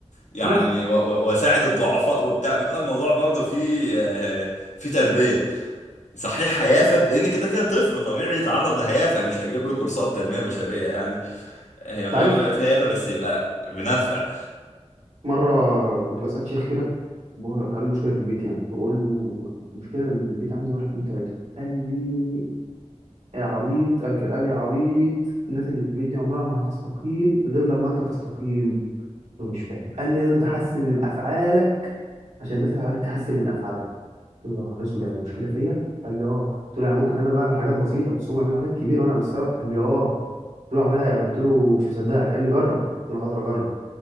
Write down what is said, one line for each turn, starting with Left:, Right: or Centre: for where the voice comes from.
Left: يعني
Right: بس
Left: و- و- واساعد الضعفاء وبتاع بيبقى الموضوع برضه فيه آه، فيه تربيه صحيح هيافة لأن كده كده طفل طبيعي يتعرض لهيافة مش هجيب له كورسات تنمية بشرية يعني
Right: انت
Left: هي طبعاً
Right: عارف
Left: بيبقى فيها هيافة بس يبقى بنفع
Right: مره كنت بسال شيخ كده بقول له عندي مشكله في البيت يعني فبقول له المشكله اللي في البيت عندي واحد اتنين تلاته قال لي يا عبيط قال لي كده قال لي يا عبيط الناس اللي في البيت دي عمرها ما هتستقيم غير لما انت تستقيم انا مش فاهم قال لي لازم تحسن من افعالك عشان الناس اللي حواليك تحسن من افعالها قلت له يا نهار اسود يعني المشكله فيا قال لي اه قلت له يعني ممكن انا بعمل حاجات بسيطه بس هم بيعملوا حاجات كبيره وانا بالسبب قال لي اه قلت له اعملها يعني؟ قلت له مش مصدقك قال لي جرب قلت له حاضر اجرب